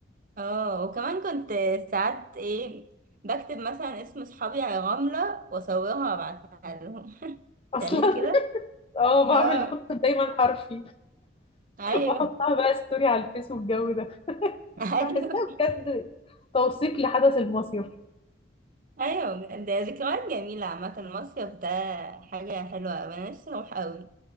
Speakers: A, on the right; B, on the left.
A: اه وكمان كنت ساعات ايه بكتب مثلا اسم صحابي على رملة واصورها وابعتها لهم <laughs>
B: اصلا
A: تعملي كده؟
B: <laughs> اه بعمل
A: اه
B: بحط دايما حرفي
A: ايوه
B: واحطها بقى ستوري على الفيس والجو ده
A: <laughs> ايوه
B: بحسها بجد توثيق لحدث المصيف
A: ايوه بجد. ده ذكريات جميلة عامة المصيف ده حاجة حلوة أوي. انا نفسي اروح اوي